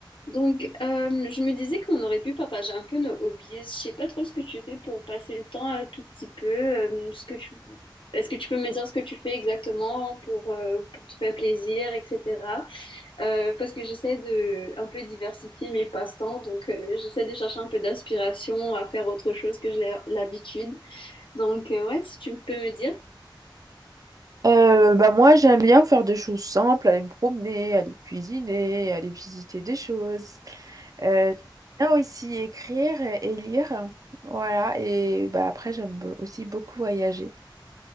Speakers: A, on the left; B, on the right.
A: Donc, euh, je me disais qu'on aurait pu partager un peu nos hobbies. Je sais pas trop ce que tu fais pour passer le temps un tout petit peu. euh, ce que tu... Est-ce que tu peux me dire ce que tu fais exactement pour, euh, pour te faire plaisir, etc. Euh, parce que j'essaie de un peu diversifier mes passe-temps, donc euh, j'essaie de chercher un peu d'inspiration à faire autre chose que j'ai l'habitude. Donc, euh, ouais, si tu peux me dire.
B: Euh, bah moi j'aime bien faire des choses simples, aller me promener, aller cuisiner, aller visiter des choses. Euh, j'aime bien aussi écrire et lire. Voilà, et bah après j'aime be- aussi beaucoup voyager.